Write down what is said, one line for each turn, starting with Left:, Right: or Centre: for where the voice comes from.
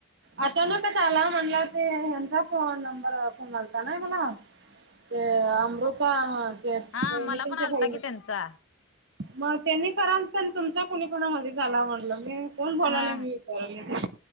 Right: अचानकच
Left: हा
Right: आला म्हणला ते ह्यांचा फो नंबर फोनलता ना मला ते अमृता ते
Left: हा मला
Right: नितनच्या
Left: पण आलता
Right: भाईने
Left: की त्यांचा
Right: मग त्यांनी खर तुमचा कुणी कुणा मध्ये झाला म्हटलं मी कोण बोलालाय
Left: हा
Right: मी त